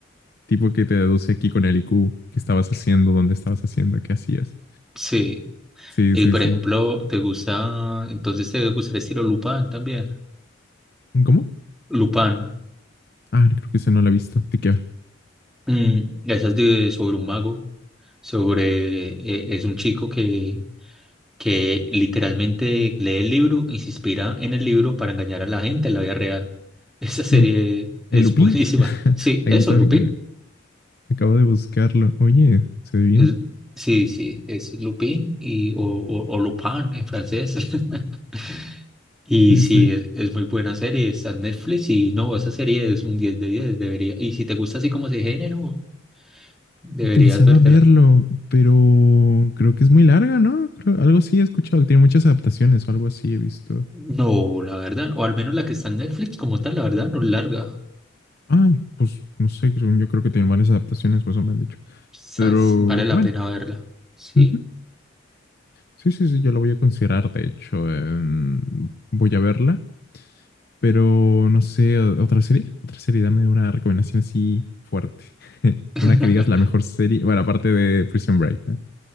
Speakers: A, on the left; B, in the centre.
A: tipo que te deduce aquí con el IQ, qué estabas haciendo, dónde estabas haciendo, qué hacías.
B: Sí,
A: Sí,
B: y
A: sí,
B: por
A: sí.
B: ejemplo, ¿te gusta, entonces te gusta el estilo Lupin también?
A: ¿Cómo?
B: Lupin.
A: Ah, creo que ese no lo he visto. ¿De qué va?
B: Mm, esa es de, sobre un mago, sobre, eh, es un chico que, que literalmente lee el libro y se inspira en el libro para engañar a la gente en la vida real. <laughs> Esa serie
A: Lu- ¿El
B: es
A: Lupin?
B: buenísima.
A: <laughs>
B: Sí,
A: Aquí
B: eso,
A: también
B: Lupin.
A: eh, acabo de buscarlo. Oye, ¿se ve bien?
B: Es- sí, sí, es Lupin y, o, o, o Lupin en francés. <laughs> Y
A: Este,
B: sí, es, es muy buena serie, está en Netflix y no, esa serie es un 10 de 10 debería. Y si te gusta así como ese género, deberías
A: pensaba
B: vértela.
A: verlo, pero creo que es muy larga, ¿no? Creo- algo así he escuchado, que tiene muchas adaptaciones o algo así he visto.
B: No, la verdad, o al menos la que está en Netflix como tal, la verdad, no es larga.
A: Ah, pues no sé, creo- yo creo que tiene varias adaptaciones, pues eso me han dicho.
B: Quizás
A: Pero
B: vale la
A: bueno.
B: pena verla. Sí.
A: ujú. Sí, sí, sí, yo la voy a considerar, de hecho, em, voy a verla, pero no sé, otra serie, otra serie, dame una recomendación así fuerte, <laughs>
B: <laughs>
A: una que digas la mejor serie, bueno, aparte de Prison Break, ¿eh?